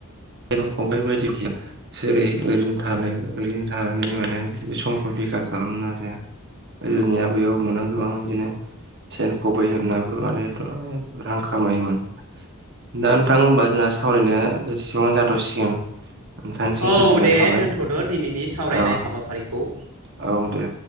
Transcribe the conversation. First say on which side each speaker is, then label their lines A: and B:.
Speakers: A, on the right; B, on the right.
A: सेन खबाय बायदि गैया जोरै ओरैनो थानो ओरैनो थानानै माने बि समखौ बेखार खालामनो नाजाया। गोदोनि आबै आबौमोना गोबां बिदिनो सेन खबाइ हेबनाबो माने गोबां रां खामायोमोन। दा नोंथां होनबा जोंना सावरायनाया जेसेबाङावनो जाथ'सिगोन। नोंथांनिसिम
B: औ
A: गोजोननाय
B: दे
A: थाबाय
B: दोनथ'द' दिनैनि सावरायनाय
A: औ औ
B: हाबाफारिखौ
A: दे।